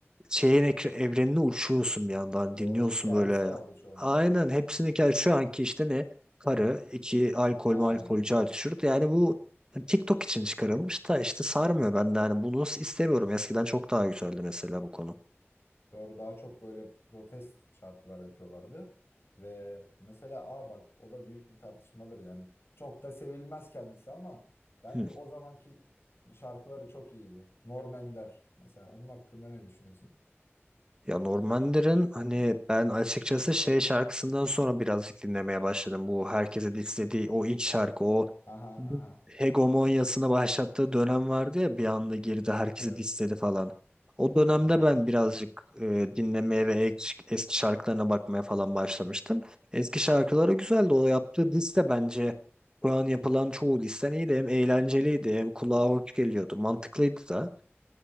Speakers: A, on the right (about 20°); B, on the left (about 60°).
A: şeyin ekre- evrenine uçuyorsun bir yandan
B: Doğru
A: dinliyorsun
B: hikayesi
A: böyle.
B: vardı çoğunlukla.
A: Aynen hepsini gel şu anki işte ne karı iki alkol
B: Aynen.
A: malkol car çurt. yani bu hani TikTok için çıkarılmış da işte sarmıyor bende yani bunu istemiyorum eskiden çok daha güzeldi mesela bu konu.
B: Doğru daha çok böyle protest şarkılar yapıyorlardı. Ve mesela aa bak o da büyük bir tartışmadır yani. Çok da sevilmez kendisi ama bence
A: Hı.
B: o zamanki şarkıları çok iyiydi. Norm Ender mesela onun hakkında ne düşünüyorsun?
A: Ya Normander'in hani ben açıkçası şey şarkısından sonra birazcık dinlemeye başladım. Bu herkese dislediği o ilk şarkı o
B: Aha aha
A: hegemonyasını başlattığı dönem vardı ya bir anda girdi herkesi
B: evet
A: dissedi falan. O dönemde
B: evet.
A: ben birazcık e, dinlemeye ve ek- eski şarkılarına bakmaya falan başlamıştım. Eski şarkıları güzeldi. O yaptığı liste bence şu an yapılan çoğu listen iyiydi. Hem eğlenceliydi hem kulağa hoş geliyordu. Mantıklıydı da.